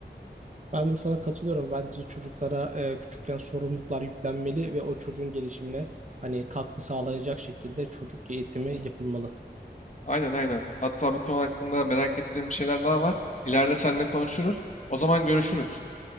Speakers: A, on the right; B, on the left.
A: Ben de sana katılıyorum. Bence çocuklara e, küçükken sorumluluklar yüklenmeli ve o çocuğun gelişimine hani katkı sağlayacak şekilde çocuk eğitimi yapılmalı.
B: Aynen aynen. Hatta bu konu hakkında merak ettiğim bir şeyler daha var. İleride seninle konuşuruz. O zaman görüşürüz.